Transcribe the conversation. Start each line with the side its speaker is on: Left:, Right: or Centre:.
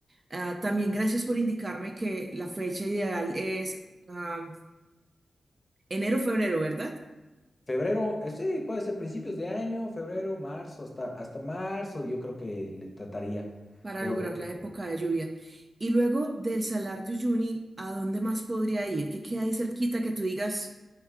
Right: Ah, también gracias por indicarme que la fecha ideal es ah, enero-febrero, ¿verdad?
Left: Febrero, eh, sí, puede ser principios de año, febrero, marzo, hasta, hasta marzo, yo creo que le trataría.
Right: Para
Left: Porque
Right: lograr la época de lluvia. Y luego del Salar de Uyuni, ¿a dónde más podría ir? ¿Qué queda ahí cerquita que tú digas